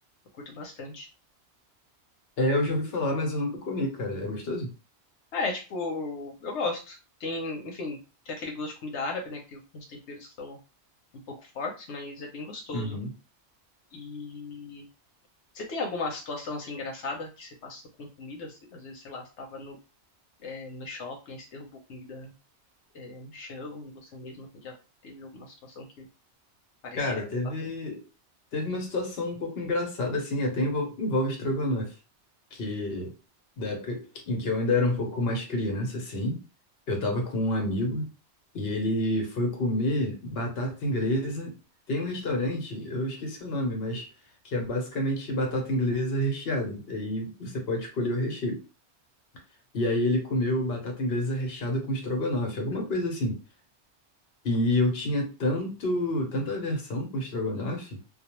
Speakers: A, on the left; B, on the left.
A: Eu curto bastante.
B: É, eu já ouvi falar, mas eu nunca comi, cara. É gostoso?
A: Ah, É, tipo, eu gosto. Tem, enfim, tem aquele gosto de comida árabe, né? Que tem uns temperos que são um pouco fortes, mas é bem gostoso.
B: Uhum.
A: E você tem alguma situação assim engraçada que você passou com comida? Se- Às vezes, sei lá, você tava no, é, no shopping, aí você derrubou comida, é, no chão, em você mesmo, assim, já teve alguma situação que parecida
B: Cara,
A: que
B: teve,
A: você passou?
B: teve uma situação um pouco engraçada, assim, até envol- envolve estrogonofe, que da época em que eu ainda era um pouco mais criança, assim, eu tava com um amigo e ele foi comer batata inglesa. Tem um restaurante, eu esqueci o nome, mas que é basicamente batata inglesa recheada. E aí você pode escolher o recheio. E aí ele comeu batata inglesa recheada com estrogonofe, alguma coisa assim. E eu tinha tanto, tanta aversão com estrogonofe